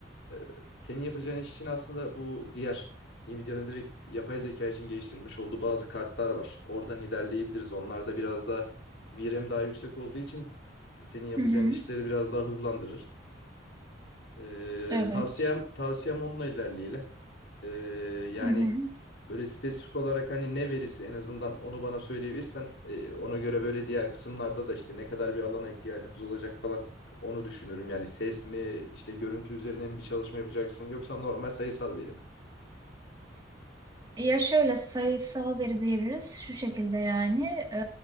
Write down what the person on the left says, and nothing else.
e, senin yapacağın iş için aslında bu diğer Nvidia'nın direkt yapay zeka için geliştirmiş olduğu bazı kartlar var. Oradan ilerleyebiliriz. Onlarda biraz da VRAM daha yüksek olduğu için senin yapacağın
işleri biraz daha hızlandırır. Ee,
tavsiyem tavsiyem onunla ilerleyelim. Ee, yani
böyle spesifik olarak hani ne verisi en azından onu bana söyleyebilirsen e, ona göre böyle diğer kısımlarda da işte ne kadar bir alana ihtiyacımız olacak falan onu düşünürüm. Yani ses mi işte görüntü üzerine mi bir çalışma yapacaksın yoksa normal sayısal veri mi?